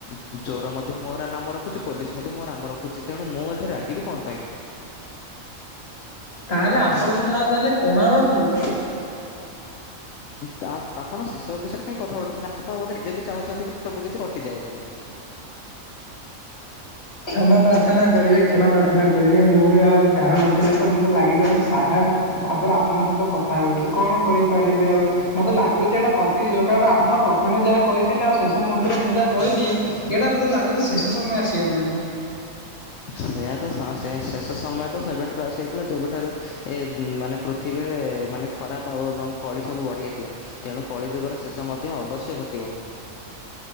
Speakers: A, on the left (about 70°); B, on the left (about 45°).
A: ଚୋ ଚୋର ମଧ୍ୟ ମୋର ନାମ ରଖୁଚି ପୋଲିସ୍ ମଧ୍ୟ ମୋ ରାମ ର ହୁଚି ତେଣୁ ମୁଁ ଏଥିରେ ରାଗିବି କଣ ପାଇଁ?
B: ତାହେଲେ ଆପଣଙ୍କନାଁ ତାହେଲେ କଣା ବାବୁ।
A: ତା ଆପଣ ସେସବୁ ବିଷୟରେ କାହିଁକି କଥା ଉଠଉଚନ୍ତି ଆ ଆପଣ ବୋଧେ ନିଜେବି ଚାହୁଁଚନ୍ତିକି ସବୁ କିଛି କଟିଯାଉ ବୋଲି।
B: କ୍ଷମା ପା ପ୍ରାର୍ଥନା କରିବେ କ୍ଷମା ପ୍ରାର୍ଥନା କରିବେ ମୁଁ ବି ଆଉ ଧାରଣ ନଥିଲା ତ ମତେ ଲାଗିଲା ମୁଁ ସାଧା ଭାବରେ ଆ ପଣ ସହିତ କଥା ହଉଛି। କଣ କରିପାରିବେ ଆଉ ମତେ ଲାଗୁଛି ଏଇଟା କଟିଯିବ କାରଣ ଆମ ପ୍ରଥମେ ଯାହା କହିଥିଲି ଆଉ ଶେଷ ମୁହୂର୍ତ୍ତରେ ମୁଁ ଯାହା କହିଲି ଏଇଟା ମୋତେ ଲାଗୁଛି ଶେଷ ସମୟ ଆସିଗଲାଣି।
A: ସେଇଆ ତ ସ ସେ ଶେଷ ସମୟ ତ ସେବେଠାରୁ ଆସିଯାଇଥିଲା ଯେବେଠାରୁ ଏ ମାନେ ପୃଥିବୀରେ ମାନେ ଖରାପ ଆଉ ଏବଂ କଳି ସବୁ ବଢ଼ିଯାଇଥିଲା। ତେଣୁ କଳି ଯୁଗର ଶେଷ ମଧ୍ୟ ଅବଶ୍ୟ ଘଟିବ।